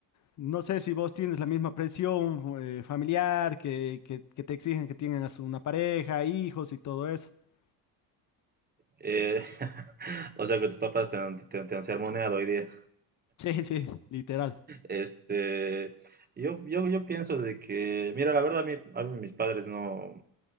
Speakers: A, on the left; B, on the right.
A: No sé si vos tienes la misma presión eh, familiar que, que, que te exigen que tengas una pareja, hijos y todo eso. <laughs>
B: Eh, <laughs> o sea que tus papás te han, te, te han sermoneado hoy día.
A: Sí, sí, literal.
B: Este, yo, yo, yo pienso de que, mira, la verdad a mí, a mí mis padres no,